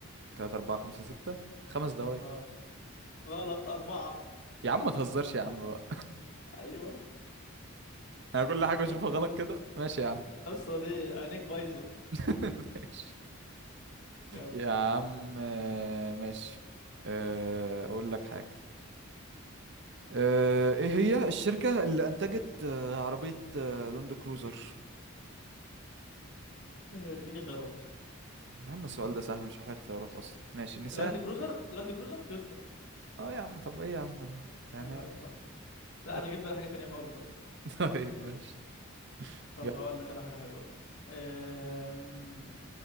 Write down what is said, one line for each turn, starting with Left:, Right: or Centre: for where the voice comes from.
Right: تلاتة أربعة خمسة ستة خمس دوائر
Left: اه غلط أربعة
Right: يا عم ما تهزرش يا عم بقى
Left: ايوه
Right: انا كل حاجه بشوفها
Left: يلا
Right: غلط كده ماشي يا عم
Left: القصه دي عينيك بايظه
Right: <laughs> ماشي
Left: كام
Right: يا عم آه، ماشي آه، اقول لك حاجه آه، ايه هي الشركه اللي انتجت آه، عربيه آه، لاند كروزر
Left: آه، اديني خيارات
Right: يا عم السؤال ده سهل مش محتاج اختيارات اصلا ماشي نيسان
Left: لاند كروزر لاند كروزر تويوتا
Right: اه يا عم طب ايه يا عم يعني
Left: ايوه ايوه صح لا
Right: يلا
Left: انا جيب بالي حاجه تانية خالص اصلا
Right: <laughs> طيب ماشي
Left: طب
Right: يلا
Left: هقول لك انا حاجه حلوه أم...